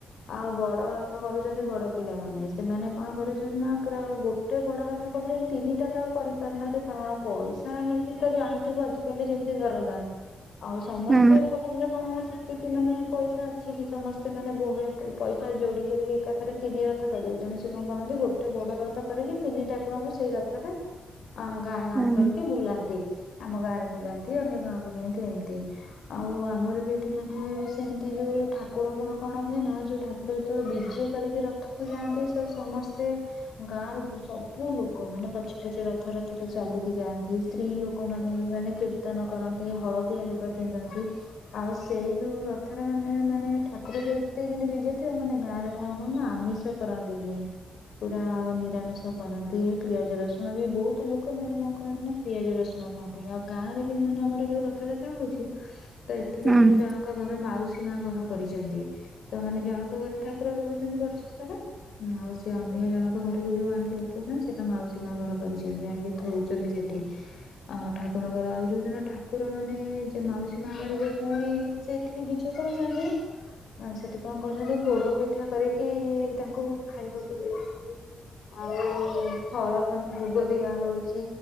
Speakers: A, on the left; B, on the right.
A: ଆଉ ବଡ ରଥ କରୁଛନ୍ତି ବଡ। ପିଲାମାନେ ସେମାନେ କଣ କରୁଛନ୍ତି ନା ପୁରା ଆଉ ଗୋଟେ ବଡ ରଥ କରୁଛନ୍ତି ତିନିଟା ତ ଆଉ କରିପାରୁନାହାନ୍ତି। କାରଣ ପଇସା ନେଇକି ତ ଜାଣିଥିବୁ ଆଜିିକାଲି ଯେମତି ଦରଦାନ। ଆଉ ସମସ୍ତେଙ୍କ
B: ହୁଁ
A: ପାଖରେ କଣ ଅଛି। କି କି ମାନେ ପଇସା ଅଛି କି ସମସ୍ତେ ମାନେ ବୋ ଏତେ ପଇସା ଯୋଡି କରିକି ଏକାଥରେ ତିନି ରଥ କରିବେ। ତେଣୁ ସେ କରନ୍ତି ଗୋଟେ ବଡ ରଥ କରିକି ତିନି ଠାକୁରଙ୍କୁ ସେଇ ରଥରେ ଅ ଗାଁ ଗାଁ
B: ହୁଁ
A: କରିକି ବୁଲାନ୍ତି। ଆମ ଗାଁ ରେ ବୁଲାନ୍ତି ଅନ୍ୟ ଗାଁ କୁ ନିଅନ୍ତି ଏମିତି ଆଉ ଆମର ବି ଏଠି ମାନେ ସେମିତି ଯୋଉ। ଇ ଠାକୁରଙ୍କର କଣ ହୁଏନା ଯୋଉ ଠାକୁର ଯେତେବେଳେ ବିଜେ କରିକି ରଥକୁ ଯାଆନ୍ତି ସବୁ ସମସ୍ତେ। ଗାଁ ର ବ ସବୁ ଲୋକ ମାନେ ପଛେ ପଛେ ରଥର। ରେ ଚାଲିକି ଯାଆନ୍ତି ସ୍ତ୍ରୀ ଲୋକ ମାନେ ବି ମାନେ କୀର୍ତ୍ତନ କରନ୍ତି ହଳଦିଆ ଲୁଗା ପିନ୍ଧନ୍ତି। ଆଉ ସେଇ ଯୋଉ ରଥରେ ମାନେ ମାନେ ଠାକୁର ଯେତିକି ଦିନି ବିଜେ ଥିବେ ମାନେ ଗାଁ ରେ କଣ କ ନା। ଆମିଷ କରନ୍ତିନି ପୁରା ନିରାମିଷ କରନ୍ତି ପିଆଜ ରସୁଣ ବି ବହୁତ ଲୋ ଲୋକ ମାନେ କଣ କରନ୍ତି ନା ପିଆଜ ରସୁଣ ଖାଆନ୍ତିନି ଆଉ ଗାଁ ରେ ବି ମାନେ ଆମର ଯୋଉ ରଥଯାତ୍ରା ହଉଛି। ତ ଏଠି ବି
B: ହୁଁ
A: ମାନେ
B: ହୁଁ
A: ଜଣଙ୍କ ଘର ମାଉସି। ମା ଘର କରିଛନ୍ତି ତ ମାନେ ଜଣଙ୍କ ଘରେ ଠାକୁର ରହୁଛନ୍ତି ବର୍ଷ ସାରା। ଆଉ ସେ ଅନ୍ୟ ଜଣଙ୍କ ଘରକୁ ଯୋଉ ଆଣିକି ରଖୁଛନ୍ତି ସେଇଟା ମାଉସୀ ମା ଘର କରିଛନ୍ତି ଆଣିକି। ଥୋଉଛନ୍ତି ସେଠି ଆଉ ଠାକୁରଙ୍କର ଆଉ ଯୋଉଦିନ ଠାକୁର ମାନେ ଯେ ମାଉସୀମା ଘରକୁ ପୁଣି ସେଠି ବିଜେ କରୁଛନ୍ତି। ଆଉ ସେଠି କଁ କରୁଚନ୍ତି ପୋଡ଼ ପିଠା କରିକି ତାଙ୍କୁ ଖାଇବାକୁ ଦେଇକି ଆଉ ଫଳ ମାନେ ଭୋଗ ଦିଆ ହଉଚି। ଇ